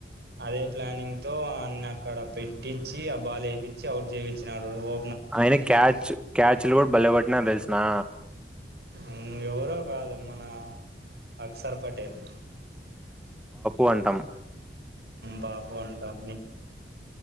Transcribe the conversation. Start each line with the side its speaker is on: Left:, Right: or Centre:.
Right: అదే ప్లానింగ్ తో ఆన్ని అక్కడ పెట్టించి ఆ బాల్ ఏపి చ్చి అవుట్ చేపిచ్చినడు ఓ
Centre: ఆయన క్యాచ్ క్యాచ్లు కూడ్ బలే వట్టినాడు తెలుస్ నా
Right: ఉమ్ ఎవరో కాదు మన అక్సర్ పటేల్
Centre: వంటం
Right: బాబు అంటాం